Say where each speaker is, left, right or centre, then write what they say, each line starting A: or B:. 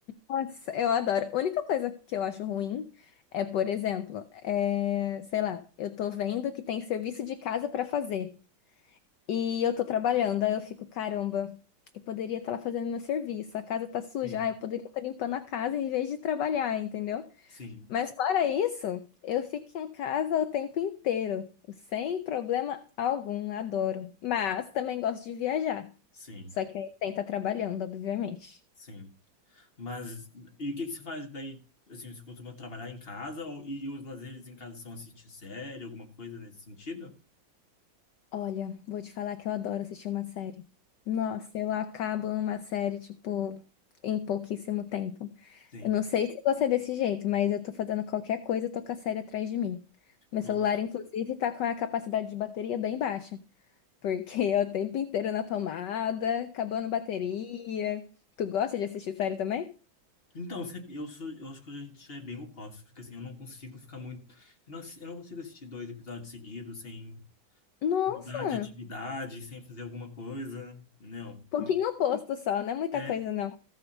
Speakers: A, on the left; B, on the left.
A: Nossa, eu adoro. A única coisa que eu acho ruim é, por exemplo, é, sei lá, eu tô vendo que tem serviço de casa pra fazer e eu tô trabalhando, aí eu fico, caramba, eu poderia estar lá fazendo meu serviço, a casa tá suja,
B: sim,
A: ah, eu poderia estar limpando a casa em vez de trabalhar, entendeu?
B: sim,
A: Mas fora isso, eu fico em casa o tempo inteiro, sem problema algum, adoro. Mas também gosto de viajar.
B: sim,
A: Só que aí tem que tá trabalhando, obviamente.
B: sim. Mas, e o que que você faz daí? Assim, você costuma trabalhar em casa ou, e os lazeres em casa são assistir série, alguma coisa nesse sentido?
A: Olha, vou te falar que eu adoro assistir uma série. Nossa, eu acabo uma série, tipo, em pouquíssimo tempo.
B: Sim.
A: Eu não sei se você é desse jeito, mas eu tô fazendo qualquer coisa, eu tô com a série atrás de mim. Meu
B: Nossa,
A: celular, inclusive, tá com a capacidade de bateria bem baixa. porque é o tempo inteiro na tomada, acabando bateria. Tu gosta de assistir série também?
B: Então, se- eu sou, eu acho que a gente já é bem oposto, porque assim, eu não consigo ficar muito, eu não, assi- eu não consigo assistir dois episódios seguidos sem
A: Nossa,
B: mudar de atividade, sem fazer alguma coisa, não,
A: pouquinho
B: é muito,
A: oposto só, não é muita
B: é,
A: coisa não.